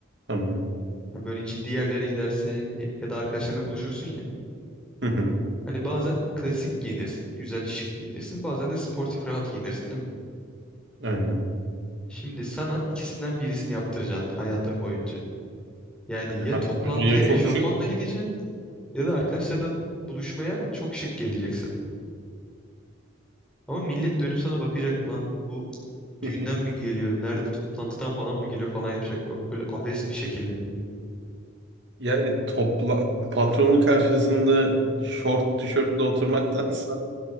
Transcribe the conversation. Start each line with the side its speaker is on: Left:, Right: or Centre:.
Right: Tamam.
Centre: Hani böyle ciddi yerlere gidersin ya da arkadaşlarınla buluşursun ya.
Right: Hı hı,
Centre: Hani bazen klasik giyinirsin, güzel şık giyinirsin. Bazen de sportif rahat giyinirsin, değil mi?
Right: aynen.
Centre: Şimdi sana ikisinden birisini yaptıracaksın hayatın boyunca. Yani
Right: Yani
Centre: ya
Right: Hakan
Centre: toplantıya
Right: Hoca ya çok
Centre: eşofmanla
Right: şık.
Centre: gideceksin ya da arkadaşlarınla buluşmaya çok şık geleceksin. Ama millet dönüp sana bakacak lan bu
Right: <laughs>
Centre: düğünden mi geliyor? Nerede toplantıdan falan mı geliyor falan yapacak. Ö- Öyle abes bir şekilde yani.
Right: Yani topla patronun karşısında şort tişörtle oturmaktansa